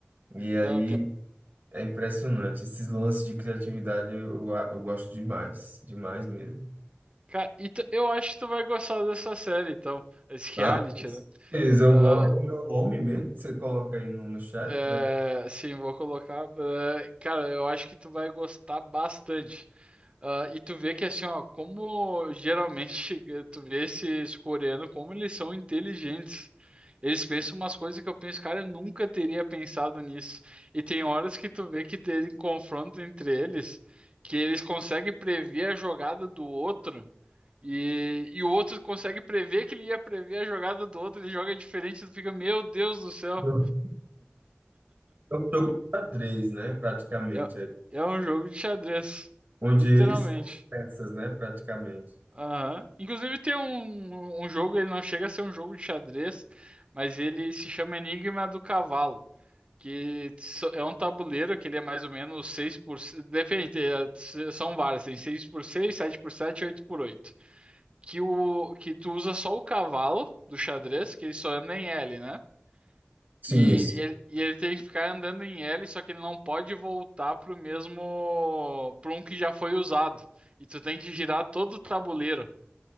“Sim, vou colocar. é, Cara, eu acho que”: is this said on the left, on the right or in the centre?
Right